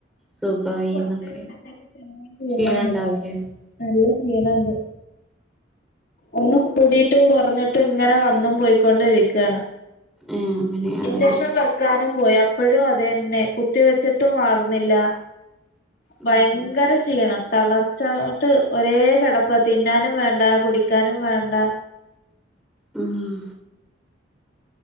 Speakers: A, in the centre; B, on the left (about 55°).
A: സുഖമായിന്നൊക്കെ
B: കൊറഞ്ഞു വരുമ്പോഴത്തേക്ക് പിന്നെയും കൂടാണേ
A: ശീണം ഉണ്ടാവലേ
B: നല്ല ശീണം ഉണ്ട് ഒന്ന് കൂടി കൂടെയിട്ടും കുറഞ്ഞിട്ടും ഇങ്ങനെ വന്നും പോയിക്കൊണ്ടിരിക്കയാണ്
A: ഏ അങ്ങനെയാണല്ലേ
B: ഇൻജക്ഷൻ വെ ക്കാനും പോയി അപ്പോഴും അത തന്നെ കുത്തി വെച്ചിട്ടും മാറുന്നില്ല
A: ഉം
B: ഭയങ്കര ശീണം തളർച്ചോട്ട് ഒരേ കിടപ്പ തിന്നാനും വേണ്ട കുടിക്കാനും വേണ്ട
A: ഉം